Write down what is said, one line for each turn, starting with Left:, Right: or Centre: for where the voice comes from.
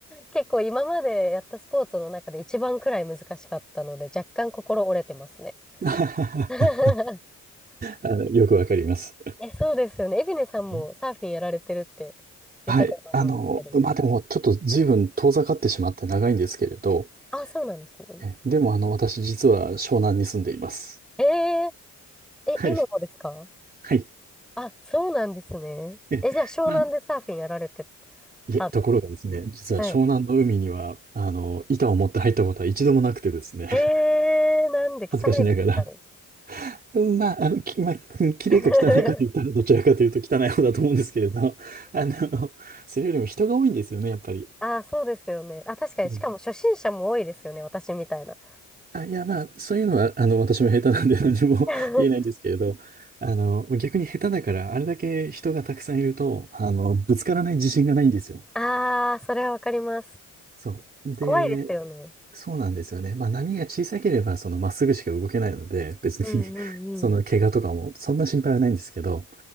Centre: 結構今までやったスポーツの中で一番くらい難しかったので、若干心折れてますね。
Right: あ
Centre: <laughs>
Right: のよくわかります。
Centre: え、そうですよね。エビネさんもサーフィンやられてるって
Right: ええ
Centre: 言ってたと思うんですけど。
Right: はい。あの、まあ、でも、ちょっと随分遠ざかってしまって長いんですけれど、
Centre: あ、そうなんですね。
Right: ええでも、あの、私実は湘南に住んでいます。
Centre: えー、え、
Right: はい。
Centre: 今もですか
Right: はい。
Centre: あ、そうなんですね。
Right: ええ、
Centre: え、じゃあ湘南でサーフィンやられて
Right: まあ、いえ、
Centre: たんです
Right: ところがですね、実は湘南の海には、
Centre: かはい。
Right: あの、板を持って入ったことは一度もなくてですね、
Centre: えー、なんで汚いですかね。
Right: <laughs> 恥ずかしながら。うんまあ、あの、き、まあ、うん綺麗か汚いかと言ったら、
Centre: <laughs>
Right: どちらかというと汚い方だと思うんですけれど、あの、それよりも人が多いんですよね、やっぱり。
Centre: ああ、そうですよね。あ、確かに、
Right: うん
Centre: しかも初心者も多いですよね、私みたいな。
Right: あ、いや、まあ、そういうのは、あの、私も下手なんで何も
Centre: <laughs>
Right: <laughs> 言えないんですけれど、あの、逆に下手だから、あれだけ人がたくさんいると、あの、ぶつからない自信がないんですよ。
Centre: ああ、それはわかります。
Right: そう。で、
Centre: 怖いですよね。
Right: そうなんですよね。まあ波が小さければ、そのまっすぐしか動けないので、別に
Centre: うんうんうん。
Right: <laughs> その怪我とかもそんな心配はないんですけど、